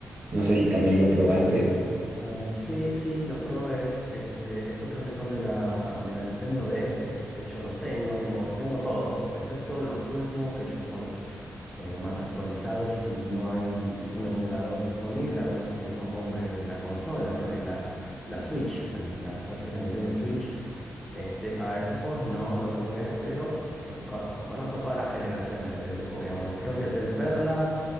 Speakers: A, on the right; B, in the centre.
A: no sé si
B: Mm.
A: también lo probaste.
B: Eh, sí, sí, los probé. Este, esos creo que son de la, de la Nintendo DS. De hecho, los tengo, tengo, tengo todos, excepto los últimos que ya son eh, más actualizado si no hay un, un emulador disponible, a menos que uno compre la consola, creo que es la, la Switch, la- la- me parece que la Nintendo Switch. Este, a esos juegos no los jugué, pero eh, conozco, conozco todas las generaciones de, de Pokémon. Creo que del Perla